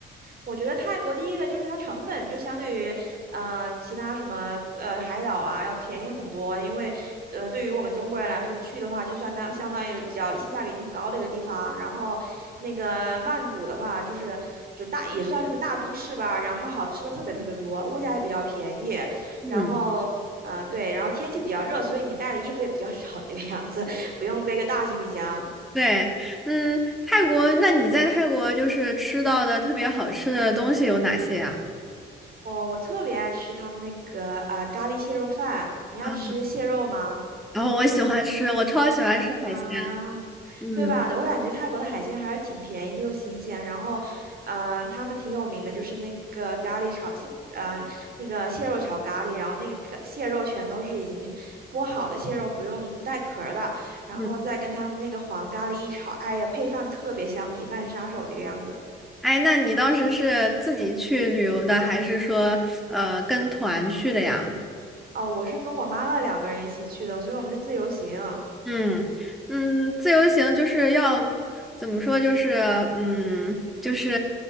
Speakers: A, on the right; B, in the centre.
A: 我觉得泰国第一个就是它成本就相对于，嗯、其他什么呃海岛啊要便宜很多，因为呃对于我们中国人来说去的话，就算当相当于比较性价比挺高的一个地方。然后那个曼谷的话，就是就大也算是个大都市吧，然后好吃的特别特别多，物价也比较便宜，
B: 嗯。
A: 然后。呃，对，然后天气比较热，所以你带的衣服也比较少，这个样子，<laughs> 不用背个大行李箱。
B: 对，嗯，泰国，那你在泰国就是吃到的特别好吃的东西有哪些呀？
A: 哦，我特别爱吃他们那个呃咖喱蟹肉饭。你爱吃蟹肉吗？
B: 啊，然后我喜欢吃，我超喜欢吃海鲜。
A: 啊，
B: 嗯
A: 对吧？我感觉泰国的海鲜还是挺便宜的又新鲜。然后，嗯、呃，他们挺有名的就是那个咖喱炒蟹，呃，那个蟹肉炒咖喱。然后那个咖蟹肉全都是已经剥好的蟹肉，不用不带壳儿的。然后再跟他们那个黄咖喱一炒，
B: 嗯，
A: 哎呀，配饭特别香，米饭杀手这个样子。
B: 哎，那你当时是自己去旅游的，还是说呃跟团去的呀？
A: 哦，我是跟我妈妈两个人一起去的，所以我们是自由行。
B: 嗯嗯，自由行就是要怎么说？就是嗯，就是